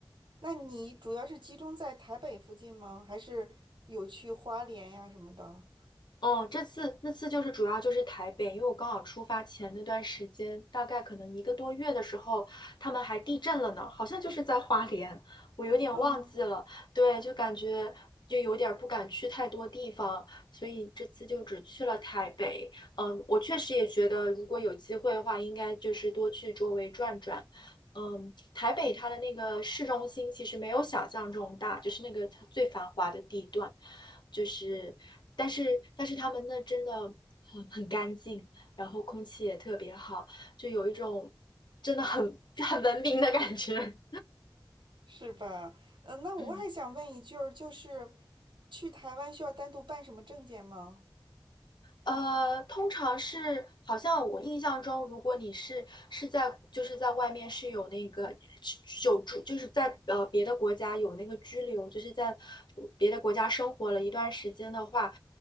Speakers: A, on the right (about 75°); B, on the left (about 65°).
A: 那你主要是集中在台北附近吗？还是有去花莲呀什么的？
B: 嗯，这次那次就是主要就是台北，因为我刚好出发前那段时间，大概可能一个多月的时候，他们还地震了呢，好像就是在花莲，我有点忘记了。
A: 嗯。
B: 对，就感觉就有点儿不敢去太多地方，所以这次就只去了台北。嗯，我确实也觉得，如果有机会的话，应该就是多去周围转转。嗯，台北它的那个市中心其实没有想象中大，就是那个它最繁华的地段，就是，但是但是他们那真的很很干净，然后空气也特别好，就有一种真的很 <laughs> 很文明的感觉。
A: 是吧？嗯，那我还想问一句儿，
B: <laughs> 嗯
A: 就是去台湾需要单独办什么证件吗？
B: 呃，通常是好像我印象中，如果你是是在就是在外面是有那个久住，就是在呃别的国家有那个居留，就是在别的国家生活了一段时间的话，